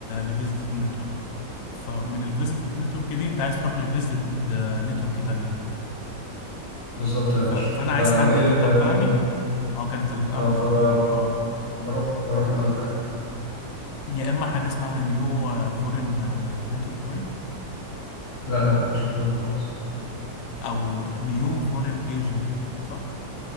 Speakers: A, on the left (about 75°); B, on the left (about 35°).
A: لفيزيتد نتورك فمن الفيزيتد نتورك دي انت عايز تروح لفيزيتد نتورك تانية
B: بالظبط يا
A: ف...
B: باشا
A: فانا عايز
B: فمين
A: حد يتتبعني
B: اللي بي... مين
A: اه كانت الانكر
B: اه فبروح
A: فورين اه
B: بروح بروح الانكر
A: يا اما حاجه اسمها نيو فورين نتورك باين
B: لا لا مفيش الكلام ده خالص
A: او نيو فورين ايجنت صح